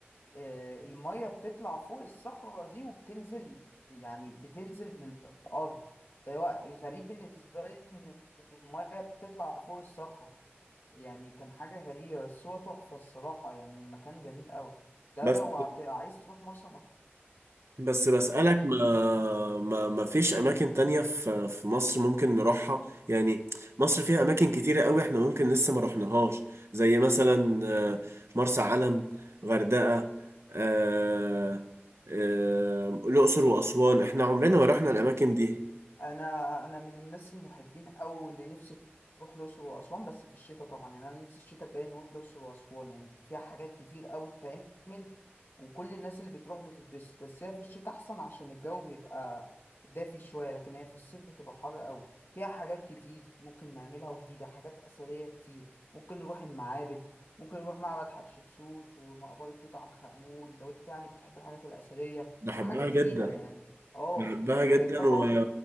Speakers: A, on the left; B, on the right.
A: آه، المية بتطلع فوق الصخرة دي وبتنزل يعني بتنزل للأرض فهو الغريب بالنسبة لي إن المية بتطلع فوق الصخرة يعني كان حاجة غريبة بس هو تحفة الصراحة يعني المكان جميل أوي ده
B: بس
A: لو عت- عايز تروح مرسى مطروح
B: بس بسألك
A: دي حاجة
B: ما ما ما فيش أماكن تانية في في مصر ممكن نروحها يعني مصر فيها أماكن كتيرة قوي احنا ممكن لسه ما رحناهاش زي مثلا آه، مرسى علم غردقة آه، آه، الأقصر وأسوان احنا عمرنا ما رحنا الأماكن دي
A: انا انا من الناس المحبين قوي اللي نفسي تروح الاقصر واسوان بس في الشتاء طبعا يعني انا نفسي الشتاء الجاي نروح الاقصر واسوان يعني فيها حاجات كتير قوي تتعمل وكل الناس اللي بتروح بتتبسط بس هي في الشتاء احسن عشان الجو بيبقى دافي شويه لكن هي في الصيف بتبقى حر قوي فيها حاجات كتير ممكن نعملها وجديده حاجات اثريه كتير ممكن نروح المعابد ممكن نروح معبد حتشبسوت ومقبره توت عنخ امون لو انت يعني بتحب الحاجات الاثريه
B: بحبها
A: وحاجه جديده
B: جدا
A: يعني اه
B: بحبها
A: وطبعا
B: جدا و...